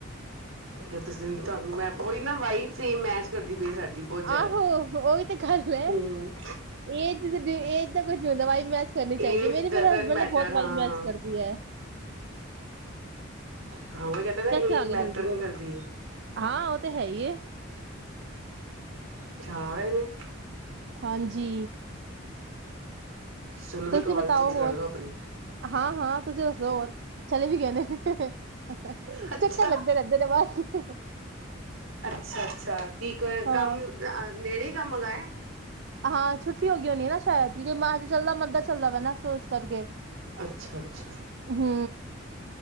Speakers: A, on the right; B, on the right.
A: ਜੇ ਤੁਸੀਂ, ਤੁਹਾਨੂੰ ਮੈਂ, ਓਈ ਨਾ ਵਾਈਬਸ ਈ ਮੈਚ ਕਰਦੀ ਪਈ ਏ ਸਾਡੀ ਬਹੁਤ ਜ਼ਿਆਦਾ,
B: ਆਹੋ ਉਹੀ ਤੇ ਗੱਲ ਹੈ
A: ਹੂੰ।
B: ਏਜ ਦ ਏਜ ਦਾ ਕੁਝ ਨੀ ਹੁੰਦਾ, ਵਾਈਬ ਮੈਚ ਕਰਨੀ
A: ਏਜ
B: ਚਾਹੀਦੀ ਏ। ਮੇਰੀ
A: ਡਜ਼ਨਟ
B: ਮੇਰੇ ਹਸਬੈਂਡ
A: ਮੈਟਰ
B: ਨਾਲ ਬਹੁਤ
A: ਹਾਂ
B: ਵਾਈਬ ਮੈਚ
A: ਹਾਂ
B: ਕਰਦੀ ਐ।
A: ਹਾਂ <unintelligible>
B: ਕੈਸੇ ਆ ਗਏ
A: ਮੈਟਰ
B: ਜਲਦੀ?
A: ਨਹੀਂ ਕਰਦੀ
B: ਹਾਂ ਉਹ ਤੇ ਹੈ ਹੀ ਏ।
A: <unintelligible> ਨੇ
B: ਹਾਂਜੀ
A: ਚਲੋ ਵੀ,
B: ਤੁਸੀਂ
A: ਕਾਲ
B: ਬਤਾਓ
A: ਪੂਰੀ ਕਰ
B: ਹੋਰ
A: ਲਓ ਆਪਣੀ।
B: ਹਾਂ-ਹਾਂ, ਤੁਸੀਂ ਦੱਸੋ ਹੋਰ। ਚਲੇ ਵੀ ਗਏ ਨੇ, ਚੱਕਰ
A: ਅੱਛਾ
B: ਲੱਗਦੇ ਰੈਂਦੇ। <unintelligible>
A: ਅੱਛਾ-ਅੱਛਾ, ਕੀ ਕ
B: ਹਾਂ।
A: ਕੰਮ, ਨੇੜੇ ਈ ਕੰਮ ਹੈਗਾ ਏ?
B: ਹਾਂ, ਛੁੱਟੀ ਹੋ ਗਈ ਹੋਣੀ ਨਾ ਸ਼ਾਇਦ। ਕਿਉਂਕਿ ਮਾਰਚ ਚੱਲਦਾ, ਮੰਦਾ ਚੱਲਦਾ ਪਿਆ ਨਾ, ਸੋ ਇਸ ਕਰਕੇ।
A: ਅੱਛਾ-ਅੱਛਾ।
B: ਹੂੰ